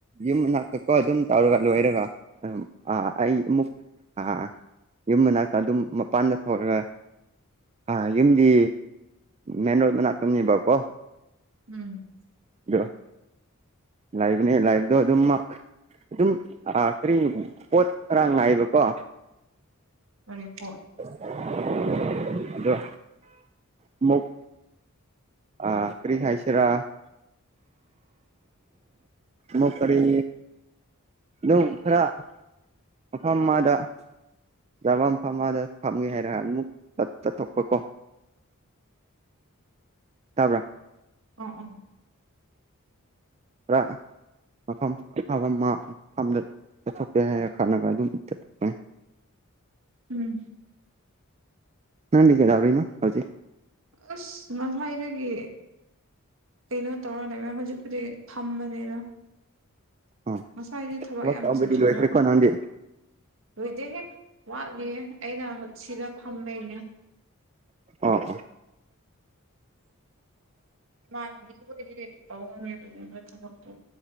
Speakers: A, on the right; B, on the right.
A: ꯌꯨꯝ ꯃꯅꯥꯛꯇꯛꯀ ꯑꯗꯨꯝ ꯇꯧꯔꯒ ꯂꯣꯏꯔꯒ ꯑꯗꯨꯝ ꯑꯩ ꯑꯃꯨꯛ ꯑ ꯌꯨꯝ ꯃꯅꯥꯛꯇ ꯑꯗꯨꯝ ꯃꯄꯥꯟꯗ ꯊꯣꯛꯒꯦ ꯑ ꯌꯨꯝꯗꯤ ꯃꯦꯟ ꯔꯣꯗꯅꯥꯥꯛꯛꯇꯅꯦꯕꯀꯣ
B: ꯎꯝ
A: <inaudible> ꯂꯥꯏꯚꯅꯦ ꯂꯥꯏꯚꯗꯣ ꯑꯗꯨꯝ ꯑꯗꯨꯝ ꯀꯔꯤ ꯄꯣꯠ ꯈꯔ ꯉꯥꯏꯕꯀꯣ
B: ꯀꯥꯔꯤ ꯐꯣꯠ
A: ꯑꯗꯣ ꯃꯨꯛ ꯑ ꯀ꯭ꯔꯤ ꯈꯥꯏꯁꯔꯥ ꯃ ꯀꯔꯤ ꯑꯗꯨꯝ ꯈꯔ ꯃꯐꯝ ꯑꯃꯗ ꯆꯃꯝ ꯐꯝꯃꯗ ꯐꯝꯒꯦ ꯍꯥꯏꯔꯒ ꯑꯃꯨꯛ ꯆꯠꯊꯣꯛꯄ ꯀꯣ ꯇꯥꯕ꯭ꯔꯥ
B: ꯑꯣ ꯑꯣ
A: ꯄꯨꯔ ꯃꯐꯝ ꯑꯐꯝꯗ ꯆꯠꯊꯣꯛꯀꯦ ꯍꯥꯏꯔꯒ ꯈꯠꯅꯒ ꯑꯗꯨꯝ ꯆꯠꯊꯣꯛꯀꯅꯤ
B: ꯎꯝ
A: ꯅꯥꯟ ꯀꯩꯗꯧꯔꯤꯅꯣ ꯍꯧꯖꯤꯛ
B: ꯑꯁ ꯃꯁꯥꯏꯗꯒꯤ ꯀꯩꯅꯣ ꯇꯧꯔ ꯂꯩꯕ꯭ꯔ ꯍꯧꯖꯤꯛ ꯍꯧꯖꯤꯛ ꯊꯝꯕꯅꯤꯅ
A: ꯑꯣ
B: ꯉꯁꯥꯏꯁꯦ ꯊꯕꯛ ꯌꯥꯝ
A: ꯇꯧꯕꯗꯤ
B: ꯆꯤꯟꯖꯕ
A: ꯂꯣꯏꯈ꯭ꯔꯦꯀꯣ ꯅꯪꯗꯤ
B: ꯂꯣꯏꯖꯦꯍꯦ ꯋꯥꯠꯂꯤꯌꯦꯦ ꯑꯩꯅ ꯁꯤꯗ ꯐꯝꯕꯩꯅꯦ
A: ꯑꯣ
B: ꯏꯃꯥꯟꯅꯕꯤꯒꯤ ꯑꯣꯏꯗꯤ ꯄꯥꯎꯍꯧꯔꯤꯕꯅꯤꯅ ꯊꯕꯛꯇꯣ